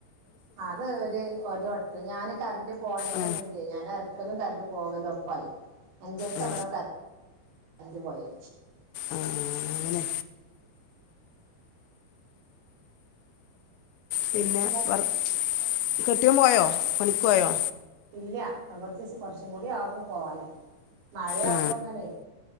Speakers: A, on the right (about 65°); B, on the left (about 80°).
A: അത് ഒരു ഒരു വട്ടം ഞാന് കറണ്ട് പോണേന്റെ
B: ആ
A: മുന്നേ ഞാൻ അരക്കലും കറണ്ട് പോകലും ഒപ്പായി അഞ്ചർക്ക്
B: ആ
A: ഇവടെ കറ കറന്റ് പോയേ
B: ആഹ് അങ്ങനെ
A: പിന്നെന്താ
B: പിന്നെ വർ കെട്ടിയവൻ പോയോ പണിക്ക് പോയോ
A: ഇല്ല കുറച്ചു ദിവസം കൂടി ആവും പോവാൻ മഴയാകുമ്പോ
B: ആ
A: അങ്ങനെ